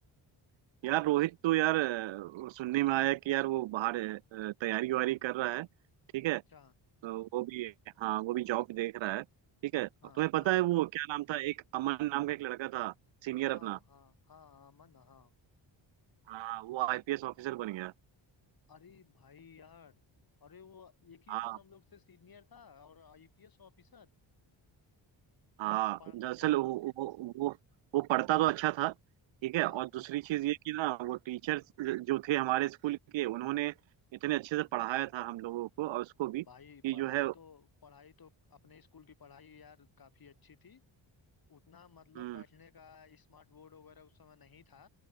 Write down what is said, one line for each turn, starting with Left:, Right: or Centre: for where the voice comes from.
Right: यार रोहित तो यार अ, वो सुनने में आया कि यार वो बाहर अ, तैयारी वारी कर रहा है ठीक है
Left: अच्छा
Right: तो वो भी हाँ वो भी जॉब देख रहा है ठीक है
Left: हाँ
Right: और तुम्हें पता
Left: हाँ
Right: है वो क्या नाम था एक अमन नाम का एक लड़का था सीनियर
Left: हाँ
Right: अपना
Left: हाँ हाँ अमन हाँ
Right: हाँ वो आईपीएस ऑफिसर बन गया
Left: अरे भाई यार अरे वो एक ही
Right: हाँ
Left: साल हम लोग से सीनियर था और आईपीएस ऑफिसर
Right: हाँ
Left: पढ़
Right: दरअसल
Left: पढ़
Right: वो वो वो वो पढ़ता तो अच्छा था ठीक
Left: हाँ
Right: है और दूसरी चीज ये कि ना वो टीचर्स जो थे हमारे स्कूल के उन्होंने इतने अच्छे से पढ़ाया था हम लोगों को और उसको भी
Left: भाई
Right: कि
Left: पढ़ाई
Right: जो है
Left: तो पढ़ाई तो अपने स्कूल की पढ़ाई यार काफी अच्छी थी उतना मतलब
Right: हम्म
Left: बैठने का स्मार्ट बोर्ड वगैरह उस समय नहीं था